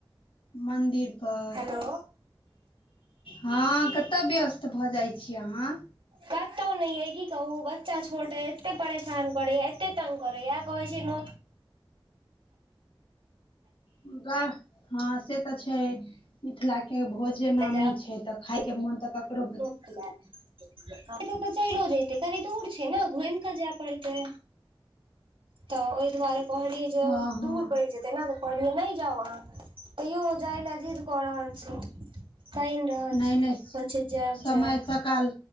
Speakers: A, on the left (about 75°); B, on the right (about 75°).
A: मन्दिर पर
B: हेलो
A: हँ कतय व्यस्त भऽ जाइ छी आहाँ
B: कतहु नहि ये की कहू बच्चा छोट ह एते परेशान करैय एते तंग करियै कहै छै नै
A: मुगा हँ से तऽ छै मिथिला के भोज
B: खाय
A: जे
B: लए
A: आमी छै तऽ खाय के मोन तऽ ककरो भ
B: <unintelligible> एते तऽ चलो जतै कनी दूर छै ने घुमि कऽ जाय पड़तै तऽ ओहि दुआरे कहलियै
A: हँ
B: जे
A: हँ
B: दूर पड़ि जेतै ने कहलीयै नहि जाउ आहाँ तेयौ ओ जाए लऽ जिद क रहल छै रहल
A: नहि
B: छी
A: नहि
B: पछे जायब
A: समय
B: जायब
A: सकाल